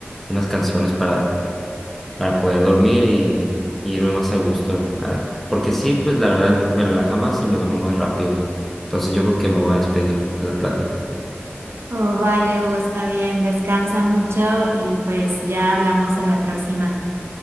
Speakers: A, in the centre; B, on the right.
A: unas canciones para para poder dormir y, y irme más a gusto. ah, Porque sí, pues la verdad me relaja más y me duermo más rápido. Entonces yo creo que me voy a despedir de la plática.
B: Oh, vale, Hugo, está bien, descansa mucho y pues ya hablamos a la próxima.